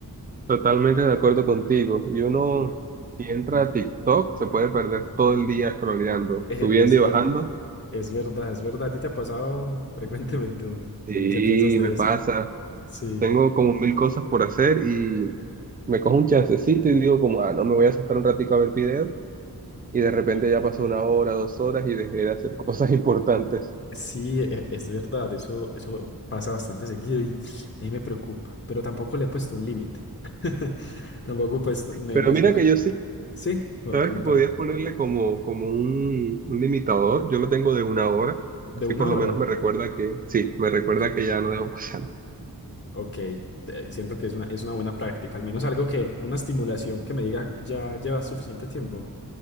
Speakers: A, on the right; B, on the left.
A: Totalmente de acuerdo contigo. Y uno,
B: Sí.
A: si entra
B: Tonto.
A: a TikTok, se puede perder todo el día scrolleando,
B: Eh,
A: subiendo
B: es
A: y
B: ver,
A: bajando.
B: es verdad, es verdad. ¿A ti te ha pasado frecuentemente o,
A: Sí,
B: o qué piensas de
A: me
B: eso?
A: pasa.
B: Sí.
A: Tengo como mil cosas por hacer y me cojo un chancecito y digo como, ah, no, me voy a sentar un ratico a ver videos y de repente
B: Sí.
A: ya pasó una hora, dos horas y dejé de hacer cosas <laughs> importantes.
B: Sí, e- es verdad, eso, eso pasa bastante seguido y a mí me preocupa, pero tampoco le he puesto un límite. <laughs> Tampoco pues me,
A: Pero
B: me esmera.
A: mira que yo sí,
B: Sí, co-
A: sabes
B: contame.
A: que podías ponerle como, como un, un limitador, yo lo tengo de una hora,
B: ¿De
A: así
B: una
A: por lo
B: hora?
A: menos me recuerda que, sí, me recuerda
B: Ok.
A: que ya no debo <laughs> pasar.
B: Ok, eh, siento que es una, es una buena práctica, al menos algo que, una estimulación que me diga, ya llevas suficiente tiempo.